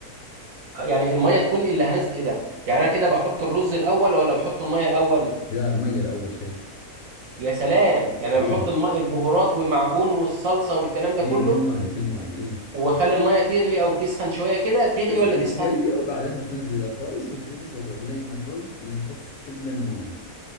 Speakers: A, on the right (about 65°); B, on the left (about 75°).
A: يعني الميه تكون اللي هنزل ايه ده يعني انا كده بحط الرز الاول ولا بحط الميه الاول
B: لا المية الاول شيء
A: يا سلام يعني
B: اي
A: أنا بحط الميه البهارات ومعجون والصلصه والكلام ده
B: اي
A: كله
B: في الماي في الماي اي
A: واخلي الميه تغلي او تسخن شويه كده تغلي
B: تسخن
A: ولا تسخن
B: شوية وبعدها تنزل الرز وتنتظر لين الرز يمتص كل المويه